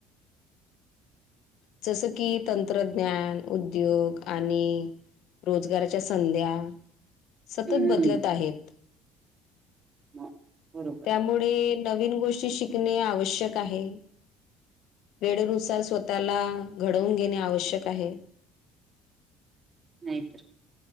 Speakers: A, on the left; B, on the right.
A: जसं की तंत्रज्ञान, उद्योग आणि रोजगाराच्या संध्या, सतत
B: हम्म.
A: बदलत आहेत.
B: म बरोबर.
A: त्यामुळे
B: आहे.
A: नवीन गोष्टी शिकणे, आवश्यक आहे. वेळेनुसार स्वतःला घडवून घेणे, आवश्यक आहे.
B: नाहीतरं